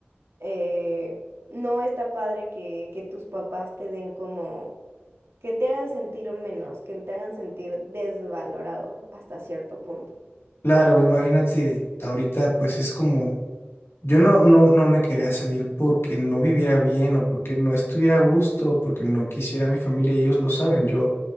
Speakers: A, on the right; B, on the left.
A: Eh, no está padre que, que tus papás te den como que te hagan sentir menos, que te hagan sentir desvalorado hasta cierto punto.
B: Claro, imagínate, ahorita pues es como Yo no, no, no me quería salir porque no viviera bien o porque no estuviera a gusto o porque no quisiera a mi familia y ellos lo saben. Yo